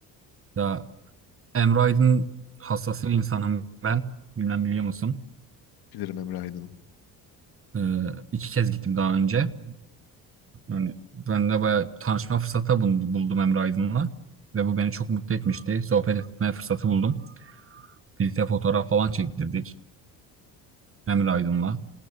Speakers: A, on the right; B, on the left.
A: Ya Emre Aydın hassas bir insanım ben. Bilmem biliyor musun?
B: Bilirim Emre Aydın'ın.
A: E, iki kez gittim daha önce. Yani ben de bayağı tanışma fırsatı bul- buldum Emre Aydın'la. Ve bu beni çok mutlu etmişti. Sohbet etme fırsatı buldum. Birlikte fotoğraf falan çektirdik Emre Aydın'la.